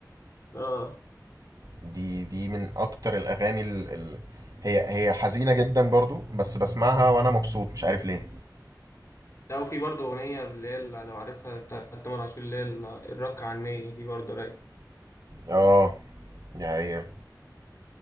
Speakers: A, on the left; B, on the right.
A: اه
B: دي دي من اكتر الاغاني ال... ال... هي هي حزينه جدا برضو بس بسمعها وانا مبسوط مش عارف ليه
A: لا وفي برضه اغنيه اللي هي اللي لو عارفها بتاعت تامر عاشور اللي هي ال- الرق عنية دي برضه رايقه
B: اه دي حقيقة